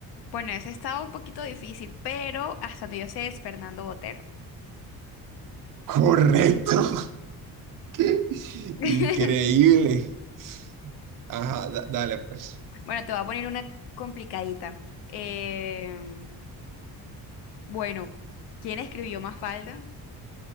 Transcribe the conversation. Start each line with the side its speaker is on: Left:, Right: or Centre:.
Left: Bueno, ese estaba un poquito difícil, pero hasta donde yo sé es Fernando Botero.
Right: Correcto. <laughs> ¡Qué
Left: <laughs>
Right: increíble! Ajá, da- dale pues.
Left: Bueno, te voy a poner una complicadita. Em, Bueno, ¿quién escribió Mafalda?